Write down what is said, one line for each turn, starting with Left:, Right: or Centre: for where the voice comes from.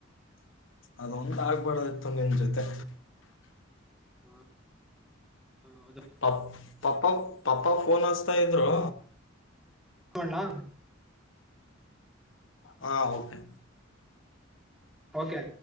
Left: ಅದೊಂದ ಆಗ್ಬಾರದ ಇತ್ತುು ನಿಮ್ಮ ಜೊತೆ
Centre: ಹ್ಮ ಹ್ಮ
Left: ಪ ಪಪ ಪಪ್ಪ ಫೋನ್ ಹಚ್ತಾ ಇದ್ರು
Centre: ಹ್ಣಾ
Left: ಹಾ ಕೆ
Centre: ಓಕೆ